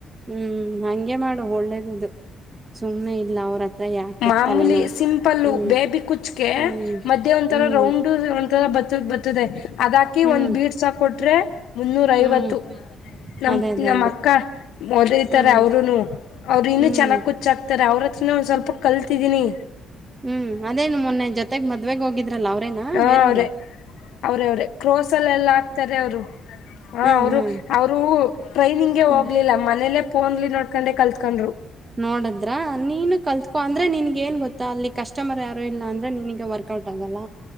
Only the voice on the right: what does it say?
ಹ್ಮ್ ಹಗೆ ಮಾಡು ಒಳ್ಳೇದ್ದು ಸುಮ್ನೆ ಇಲ್ಲ ಅವ್ರ ಹ ಯಾಕೆ
ತಲೆ ನೋವು
ಹ್ಮ್
ಹ್ಮ್
ಹ್ಮ್
ಹ್ಮ್
ಹ್ಮ್
ಅದೇ ಅದೇ
ಅದೇ
ಹ್ಮ್
ಹ್ಮ್
ಹ್ಮ್ ಅದೇನು ಮೊನ್ನೆ ಜೊತೆಗ್ ಮದ್ವೆಗ್ ಹೋಗಿದ್ರಲ್ಲ ಅವ್ರೇನ
ಬೇರವರ
ಹ್ಮ್
ಹ್ಮ್
ಹ್ಮ್
ನೋಡದ್ರ ನೀನು ಕಲ್ತ್ ಅಂದ್ರೆ ನಿನ್ಗೆ ಏನ್ ಗೊತ್ತಾ ಅಲ್ಲಿ ಕಸ್ಟಮರ್ ಯಾರು ಇಲ್ಲ ಅಂದ್ರೆ ನಿನಗೆ ವರ್ಕ್ ಔಟ್ ಆಗಲ್ಲ